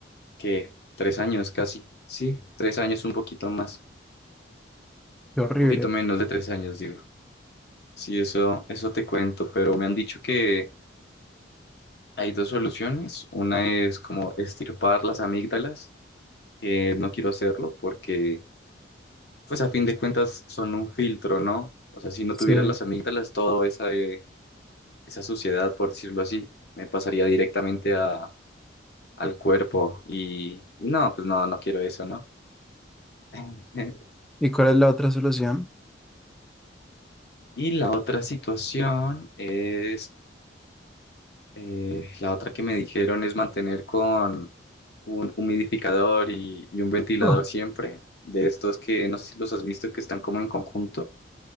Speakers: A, on the left (about 55°); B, in the centre.
A: que tres años casi, sí, tres años, un poquito más,
B: qué horrible.
A: un poquito menos de tres años, digo. Sí, eso, eso te cuento, pero me han dicho que hay dos soluciones. Una es como estirpar las amígdalas que no quiero hacerlo porque, pues a fin de cuentas, son un filtro, ¿no? O sea, si no
B: Sí.
A: tuvieras las amígdalas, toda esa, eh, esa suciedad, por decirlo así, me pasaría directamente a, al cuerpo y, y no, pues no, no quiero eso, ¿no? <laughs>
B: ¿Y cuál es la otra solución?
A: Y la otra situación es, eh, la otra que me dijeron es mantener con un humidificador y, y un ventilador
B: Oh,
A: siempre, de estos que no sé si los has visto que están como en conjunto.